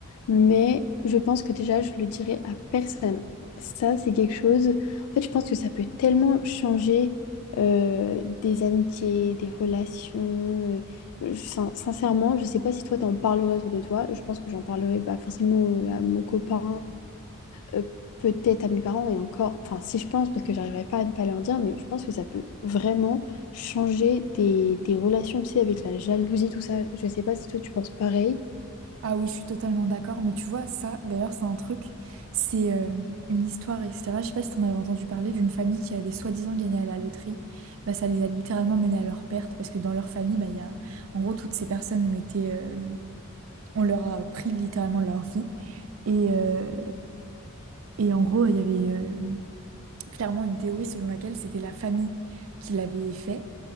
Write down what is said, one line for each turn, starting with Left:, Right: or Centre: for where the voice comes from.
Left: Mais je pense que déjà, je le dirai à personne. Ça, c'est quelque chose. En fait, je pense que ça peut tellement changer euh, des amitiés, des relations. euh, je- sin- sincèrement, je sais pas si toi, t'en parlerais autour de toi. Je pense que j'en parlerai pas forcément euh, à mon copain euh, peut-être à mes parents et encore, enfin si je pense, parce que j'arriverai pas à ne pas leur dire, mais je pense que ça peut vraiment changer des, des relations, tu sais, avec la jalousie, tout ça. Je sais pas si toi tu penses pareil,
Right: Ah oui, je suis totalement d'accord, mais tu vois, ça, d'ailleurs, c'est un truc, c'est euh, une histoire, etc. Je sais pas si t'en avais entendu parler d'une famille qui avait soi-disant gagné à la loterie. Bah, ça les a littéralement menés à leur perte, parce que dans leur famille, bah, il y a... En gros, toutes ces personnes ont été... euh, on leur a pris littéralement leur vie. Et, euh, et en gros, il y avait euh, clairement une théorie selon laquelle c'était la famille qui l'avait fait,